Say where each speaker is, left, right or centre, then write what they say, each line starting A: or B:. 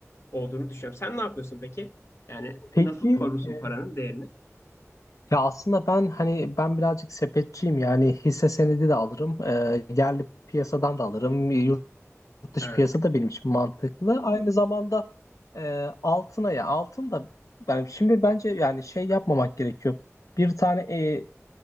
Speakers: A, on the left; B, on the left.
A: olduğunu düşünüyorum. Sen ne yapıyorsun peki? Yani
B: Peki
A: nasıl korursun
B: e,
A: paranın değerini?
B: ya aslında ben hani ben birazcık sepetçiyim yani hisse senedi de alırım, e, yerli piyasadan da alırım, Yurt dış
A: Evet.
B: piyasa da benim için mantıklı. Aynı zamanda e, altına ya altın da ben şimdi bence yani şey yapmamak gerekiyor. Bir tane e,